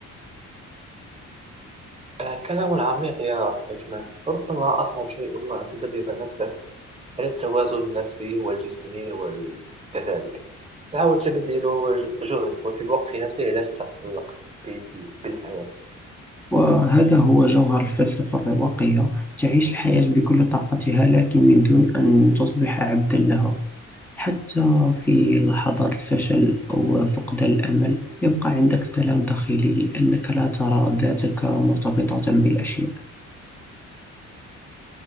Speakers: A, on the right; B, in the centre.
A: آه كلام عميق يا عثمان ربما أصعب شيء هو أن تدرب نفسك على التوازن النفسي والجسمي وكذلك تعاود تبذل جهد وفي وقت يسير لا تتعلق بال- بالحياة
B: وهذا هو جوهر الفلسفة الرواقية تعيش الحياة بكل طاقتها لكن من دون أن تصبح عبدا لها حتى في لحظات الفشل أو فقدان الأمل يبقى عندك سلام داخلي لأنك لا ترى ذاتك مرتبطة بالأشياء